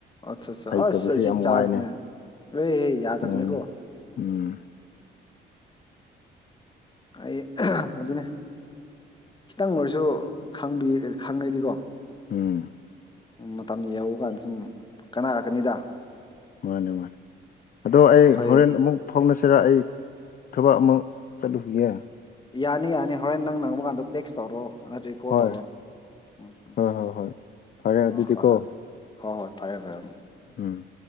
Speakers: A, on the left; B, on the left.
A: ꯑꯠꯆꯥ ꯑꯠ
B: ꯍꯩꯇꯕꯁꯦ
A: ꯑꯁ ꯑꯁꯤ
B: ꯌꯥꯝ
A: ꯆꯥꯟꯁꯅꯦ
B: ꯋꯥꯏꯅꯦ
A: ꯑꯦ ꯑꯦ ꯌꯥꯗꯕꯅꯤꯀꯣ
B: ꯎꯝ ꯎꯝ
A: ꯑꯩ ꯑꯗꯨꯅꯦ ꯈꯤꯇꯪ ꯑꯣꯏꯔꯁꯨ ꯈꯪ ꯈꯪꯉꯗꯤꯀꯣ
B: ꯎꯝ
A: ꯃꯇꯝ ꯌꯧꯧꯕ ꯀꯥꯟꯗ ꯁꯨꯝ ꯀꯥꯅꯔꯛꯀꯅꯤꯗ
B: ꯃꯥꯅꯦ ꯃꯥꯅꯦ ꯑꯗꯣ ꯑꯩ
A: ꯑꯩꯈꯣꯏ
B: ꯍꯣꯔꯦꯟ ꯑꯃꯨꯛ ꯐꯥꯎꯅꯁꯤꯔ ꯑꯩ ꯊꯕꯛ ꯑꯃ ꯆꯠꯂꯨꯈꯤꯒꯦ
A: ꯌꯥꯅꯤ ꯌꯥꯅꯤ ꯍꯣꯔꯦꯟ ꯅꯪ ꯅꯪꯕ ꯀꯥꯟꯗ ꯇꯦꯛꯁ ꯇꯧꯔꯣ ꯑꯥꯗꯩ ꯀꯣꯜ
B: ꯍꯣꯏ
A: ꯇꯧꯔꯣ ꯎꯝꯝ
B: ꯍꯣꯏ ꯍꯣꯏ ꯍꯣꯏ ꯐꯔꯦ ꯑꯗꯨꯗꯤꯀꯣ
A: ꯑꯣ ꯍꯣꯏ ꯑꯗꯨ ꯍꯣꯏ ꯍꯣꯏ ꯐꯔꯦ ꯐꯔꯦ ꯎꯝ
B: ꯎꯝ